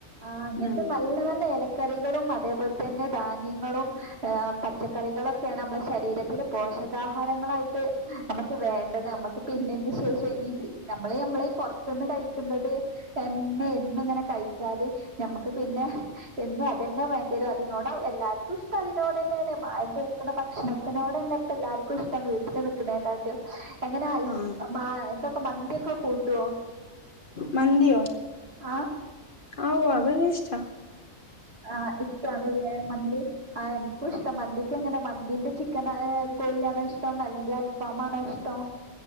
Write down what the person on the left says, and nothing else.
ആഹ്
ആഹ്
മന്ത്യോ
ആഹ് അവനിഷ്റ്റ